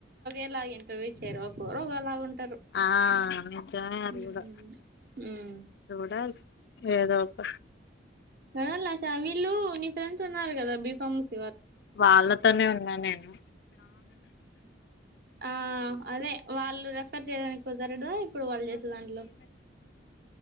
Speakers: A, on the right (about 55°); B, on the left (about 60°).
A: ఎలా ఇంటర్వ్యూ చేరు పోలా ఉంట
B: ఆ నిజమే అది
A: ఉమ్
B: కూడా
A: ఉమ్
B: చూడలి ఏదోక్క
A: చడ ష వీలు నీ ఫ్రెండ్స్ ఉన్నారు కదా బీఫామ్స్
B: వాళ్ళతోనే ఉన్నా నేను
A: ఆ అదే వాళ్ళు రెఫర్ చేయడానికి కుదరదా ఇప్పుడు వాళ్ళు చేసే దాంట్లో